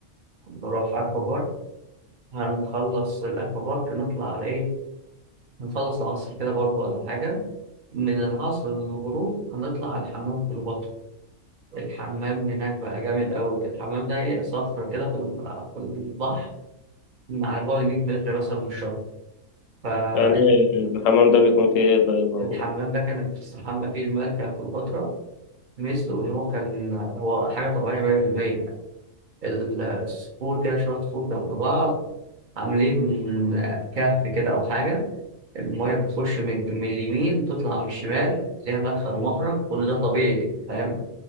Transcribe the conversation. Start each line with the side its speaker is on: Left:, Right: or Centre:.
Right: نروح أكوا بارك، هنخلص الأكوا بارك نطلع على إيه؟ هنخلص العصر كده برضه ولا حاجة، من العصر للغروب هنطلع على الحمام كليوباترا، الحمام هناك بقى جامد أوي، الحمام ده إيه صخرة كده في ال- في البحر من على بعد 100 متر مثلا من الشط، فأنت
Left: يعني الحمام ده بيكون فيه ايه طيب أو...
Right: الحمام ده كانت بتستحمى فيه الملكة كليوباترا. ميزته إن هو كان هو حاجة طبيعية 100% الصخور كده شوية صخور جنب بعض عاملين من كهف كده أو حاجة المية بتخش من, من اليمين تطلع من الشمال ليها مدخل ومخرج كل ده طبيعي فاهم